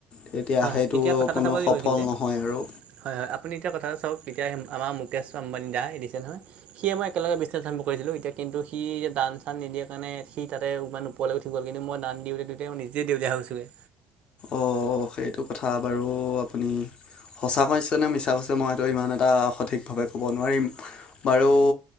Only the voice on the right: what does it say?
হয়
হয় এতিয়া কথা
এটা চাব লাগিব
এইখিনিতে
হয় হয় আপুনি এতিয়া কথাটো চাওক এতিয়া আমাৰ মুকেশ্ আম্বানী দাই এ দিছে নহয়। সিয়ে মই একেলগে বিজনেচ আৰম্ভ কৰিছিলো এতিয়া কিন্তু সি দান - চান নিদিয়াৰ কাৰণে সি তাতে। উপৰলে উঠি গ'ল কিন্ত মই দান দি উঠি মই নিজে দেওলিয়া হৈছোগে।